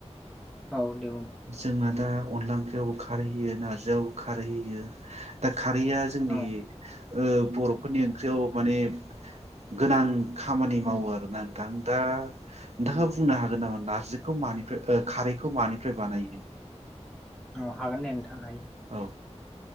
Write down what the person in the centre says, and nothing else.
औ दे बुं
औ
अह हागोन दे नोंथ आं हायो